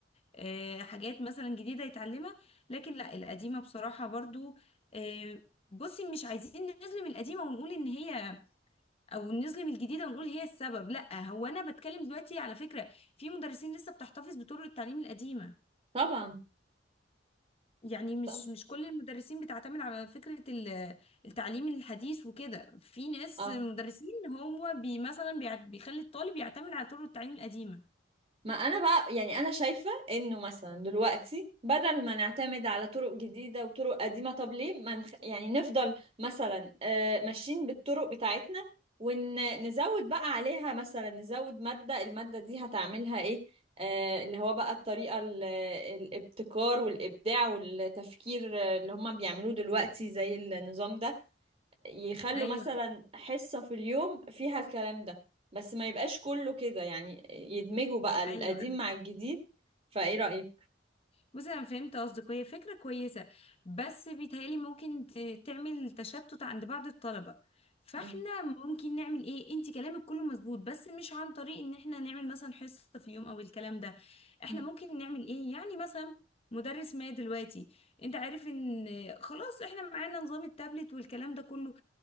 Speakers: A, on the left; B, on the right.
A: آه، حاجات مثلا جديدة يتعلمها لكن لا القديمة بصراحة برضو آه، بصي مش عايزين نظلم القديمة ونقول ان هي او نظلم الجديده ونقول هي السبب لا هو انا بتكلم دلوقتي على فكره في مدرسين لسه بتحتفظ بطرق التعليم القديمه
B: طبعا
A: يعني مش
B: طبعا
A: مش كل المدرسين بتعتمد على فكره ال- التعليم الحديث وكده في ناس
B: اه
A: مدرسين هو بي مثلا بيع- بيخلي الطالب يعتمد على طرق التعليم القديمه
B: ما انا بقى يعني انا شايفة انه مثلا دلوقتي بدل ما نعتمد على طرق جديدة وطرق قديمة طب ليه ما نخ... يعني نفضل مثلا آه، ماشيين بالطرق بتاعتنا ونزود بقى عليها مثلا نزود مادة المادة دي هتعملها ايه آه، اللي هو بقى الطريقة ال- الابتكار والإبداع والتفكير آه، اللي هم بيعملوه دلوقتي زي النظام ده يخلوا
A: ايوه
B: مثلا حصة في اليوم فيها الكلام ده بس ما يبقاش كله كده يعني يدمجوا بقى القديم
A: ايوه
B: مع الجديد فايه رأيك
A: بصي انا فهمت قصدك هي فكره كويسه بس بيتهيألي ممكن ت- تعمل تشتت عند بعض الطلبه فاحنا
B: م-
A: ممكن نعمل ايه انت كلامك كله مظبوط بس مش عن طريق ان احنا نعمل مثلا حصه في يوم او الكلام ده احنا
B: م.
A: ممكن نعمل ايه يعني مثلا مدرس ما دلوقتي انت عارف ان خلاص احنا معانا نظام التابلت والكلام ده كله